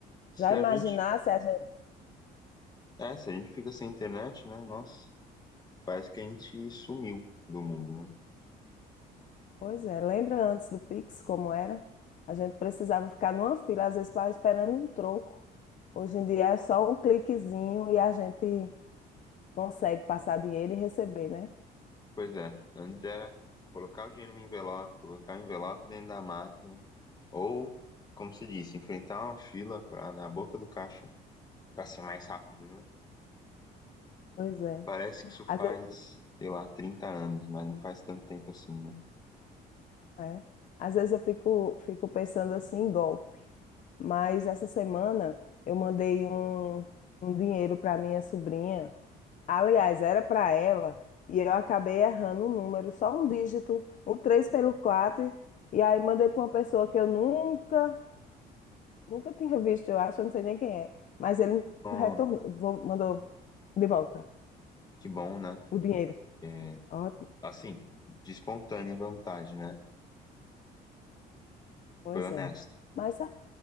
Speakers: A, on the left (about 25°); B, on the left (about 50°).
A: Se
B: Já imaginasse
A: a gente,
B: a gente
A: é, se a gente fica sem internet, né? Nossa, parece que a gente sumiu do mundo, né?
B: Pois é, lembra antes do Pix como era? A gente precisava ficar numa fila, às vezes para esperando um troco. Hoje em dia é só um cliquezinho e a gente consegue passar dinheiro e receber, né?
A: Pois é. Antes era colocar o dinheiro no envelope, colocar o envelope dentro da máquina, ou, como se disse, enfrentar uma fila pra, na boca do caixa para ser mais rápido, né?
B: Pois é.
A: Parece que isso faz,
B: Às vezes,
A: sei lá, 30 anos, mas não faz tanto tempo assim, né?
B: é. Às vezes eu fico, fico pensando assim em golpe. Mas essa semana eu mandei um, um dinheiro para minha sobrinha Aliás, era para ela e eu acabei errando o número, só um dígito, o 3 pelo quatro E aí mandei para uma pessoa que eu nunca, nunca tinha visto, eu acho, eu não sei nem quem é. Mas ele
A: Ó,
B: me retornou, vo- mandou de volta
A: que bom, né?
B: o dinheiro.
A: É,
B: Ótimo,
A: assim, de espontânea vontade, né?
B: pois
A: Foi honesto.
B: é. Mas se